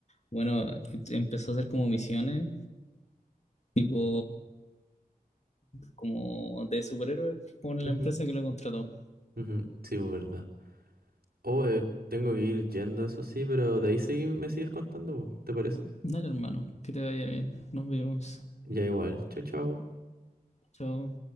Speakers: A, on the left; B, on the right.
A: bueno, em- empezó a hacer como misiones, tipo como de superhéroe con
B: Ujú,
A: la empresa que lo contrató.
B: ujú, Sí, pues, verdad. Oh, eh, tengo que ir yendo, eso sí, pero de ahí seguí- me sigues contando, po, ¿te parece?
A: Dale, hermano, que te vaya bien. Nos vemos.
B: Ya igual. Chao, chao.
A: Chao.